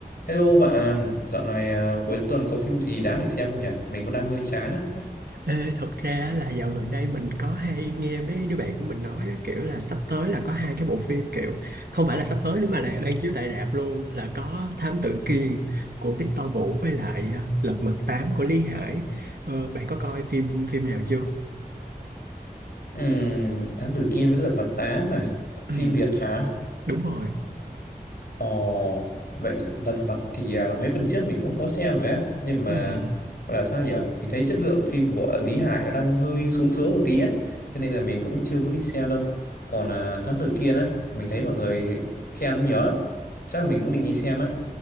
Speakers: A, on the left; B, on the right.
A: Hello bạn, dạo này à, cuối tuần có phim gì đáng để xem không nhỉ? Mình cũng đang hơi chán á.
B: Ê, thật ra là dạo gần đây mình có hay nghe mấy đứa bạn của mình nói á, kiểu là sắp tới là có hai cái bộ phim kiểu không phải là sắp tới nữa mà là đang chiếu tại rạp luôn là có Thám Tử Kiên của Victor Vũ với lại à, Lật Mặt Tám của Lý Hải. Ờ, bạn có coi phim phim nào chưa?
A: Ừm, Thám Tử Kiên với Lật Mặt 8 mà.
B: Ừ,
A: Phim Việt hả?
B: đúng rồi.
A: Ồ, vậy Lật Mặt thì à, mấy phần trước mình cũng có xem rồi á. Nhưng mà
B: Ừ, ừ.
A: gọi là sao nhỉ? Mình thấy chất lượng phim của Lý Hải nó đang hơi xuống xuống một tí á. Cho nên là mình cũng chưa muốn đi xem đâu. Còn à, Thám Tử Kiên á, mình thấy mọi người khen nhiều lắm. Chắc là mình cũng định đi xem á.